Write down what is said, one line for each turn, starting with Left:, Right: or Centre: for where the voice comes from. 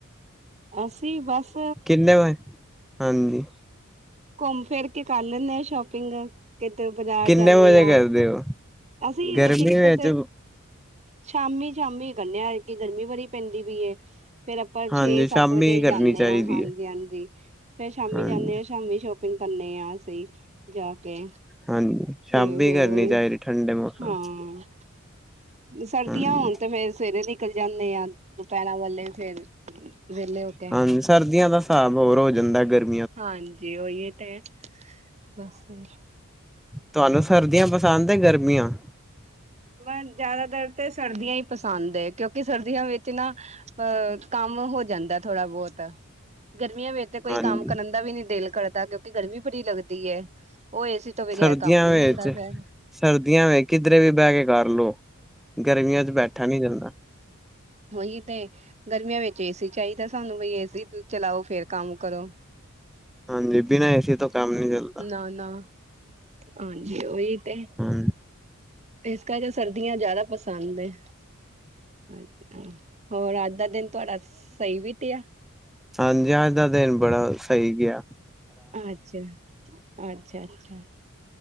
Right: ਅਸੀਂ ਬਸ।
Centre: ਕਿੰਨੇ ਵਜ ਹਾਂਜੀ।
Right: ਘੋਮ ਫੇਰ ਕੇ ਕਰ ਲੈਂਨੇ ਆ ਸ਼ੋਪਿੰਗ। ਕਿਤੇ ਬਜ਼ਾਰ
Centre: ਕਿੰਨੇ
Right: ਜਾਂਨੇ
Centre: ਵਜੇ
Right: ਆਂ,
Centre: ਕਰਦੇ ਹੋ
Right: ਅਸੀਂ
Centre: ਗਰਮੀ
Right: ਅ ਦਿੱਕਤ
Centre: ਵਿੱਚ
Right: ਤੇ ਸ਼ਾਮੀ-ਸ਼ਾਮੀ ਗਨੇ ਆ, ਏਕ ਤੇ ਗਰਮੀ ਬੜੀ ਪੈਂਦੀ ਪਈ ਏ। ਫੇਰ ਆਪਾਂ
Centre: ਹਾਂਜੀ
Right: ਛੇ-ਸੱਤ
Centre: ਸ਼ਾਮੀ
Right: ਵਜੇ ਈ
Centre: ਕਰਨੀ
Right: ਜਾਂਨੇ
Centre: ਚਾਹੀਦੀ
Right: ਆਂ, ਹਾਂਜੀ-ਹਾਂਜੀ
Centre: ਹੈ
Right: ਫੇਰ ਸ਼ਾਮੀ
Centre: ਹਾਂਜੀ
Right: ਜਾਂਨੇ ਆ ਸ਼ਾਮੀ ਸ਼ੋਪਿੰਗ ਕਨ ਆ ਅਸੀ, ਜਾ ਕੇ।
Centre: ਹਾਂਜੀ ਸ਼ਾਮੀ
Right: ਤੇ ਫੇਰ
Centre: ਕਰਨੀ
Right: ਓਈਓ,
Centre: ਚਾਹੀਦੀ ਠੰਡੇ ਮੌਸਮ
Right: ਹਾਂ। ਜੇ ਸਰਦੀਆਂ
Centre: ਹਾਂਜੀ
Right: ਹੋਨ ਤੇ ਫੇਰ ਸਵੇਰੇ ਨਿਕਲ ਜਾਂਨੇ ਆਂ, ਦੁਪੈਰਾ ਵਾਲੇ ਫੇਰ ਵਿਹਲੇ ਹੋ ਕੇ
Centre: ਹਾਂਜੀ, ਸਰਦੀਆਂ ਦਾ ਸ੍ਹਾਬ ਹੋਰ ਹੋ ਜਾਂਦੈ ਗਰਮੀ
Right: ਹਾਂਜੀ, ਓਈ ਏ ਤੇ, ਬਸ ਫੇਰ।
Centre: ਤੁਆਨੂੰ ਸਰਦੀਆਂ ਪਸੰਦ ਏ ਗਰਮੀਆਂ?
Right: ਮੈਂਨ ਜਾਦਾਤਰ ਤੇ ਸਰਦੀਆਂ ਈ ਪਸੰਦ ਏ, ਕੇਓਕੇ ਸਰਦੀਆਂ ਵੇੱਚ ਨਾ ਅ ਕਾੰਮ ਹੋ ਜਾਂਦਾ ਥੋੜਾ ਬੋਤ, ਗਰਮੀਆਂ ਵੇਚ ਤੇ ਕੋਈ
Centre: ਹਾਂਜੀ
Right: ਕੰਮ ਕਰਨ ਦਾ ਵੀ ਨੀ ਦੇਲ ਕਰਦਾ ਕੇਓ ਗਰਮੀ ਬੜੀ ਲੱਗਦੀ ਏ, ਓਹ ਏਸੀ ਤੋਂ ਬਗੈਰ
Centre: ਸਰਦੀਆਂ
Right: ਕੰਮ ਨੀ
Centre: ਵੇਚ,
Right: ਹੁੰਦਾ ਫਿਰ
Centre: ਸਰਦੀਆਂ ਵੇ ਕਿਦਰੇ ਵੀ ਬੈਹ ਕੇ ਕਾਰ ਲੋ। ਗਰਮੀਆਂ ਚ ਬੈਠਾ ਨੀ ਜਾਂਦਾ।
Right: ਓਈ ਤੇ। ਗਰਮੀਆਂ ਵਿੱਚ ਏਸੀ ਚਾਈਦਾ ਸਾਨੂੰ ਵਈ ਏਸੀ ਅ, ਚਲਾਓ ਫੇਰ ਕਾੰਮ ਕਰੋ।
Centre: ਹਾਂਜੀ ਬਿਨਾਂ ਏਸੀ ਤੋਂ ਕੰਮ ਨੀ ਚੱਲਦਾ
Right: ਨਾ-ਨਾ, ਹਾਂਜੀ ਓਈ ਤੇ।
Centre: ਹਾਂ।
Right: ਏਸ ਕਰਕੇ ਸਰਦੀਆਂ ਜਾਦਾ ਪਸੰਦ ਏ। ਅੱਛਾ। ਹੋਰ ਆੱਜ ਦਾ ਦੇਨ ਤੁਆਡਾ ਸਈ ਬੀਤੇਆ?
Centre: ਹਾਂਜੀ, ਆੱਜ ਦਾ ਦੇਨ ਬੜਾ ਸਈ ਗੇਆ।
Right: ਅੱਛਾ, ਅੱਛਾ, ਅੱਛਾ